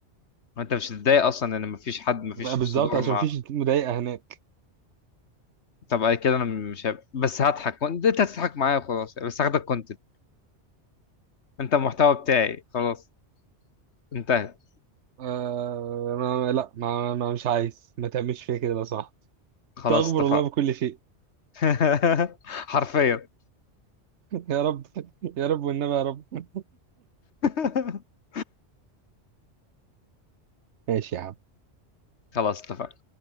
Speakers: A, on the left (about 70°); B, on the right (about 75°).
A: وانت مش هتتضايق اصلا ان مفيش حد مفيش
B: بقى
A: في
B: بالظبط
A: صدورنا
B: عشان مفيش مضايقه هناك
A: طب أي كده انا مش هب... بس هضحك وانت هتضحك معايا وخلاص بس هاخدك كونتنت انت المحتوى بتاعي خلاص انتهت
B: آه ما لا ما, ما مش عايز ما تعملش فيا كده لو سمحت
A: خلاص
B: استغفر
A: اتفقنا
B: الله بكل شيء
A: <laughs> حرفيا
B: <laughs> يا رب يا رب والنبي يا رب
A: <laughs>
B: ماشي يا عم
A: خلاص اتفقنا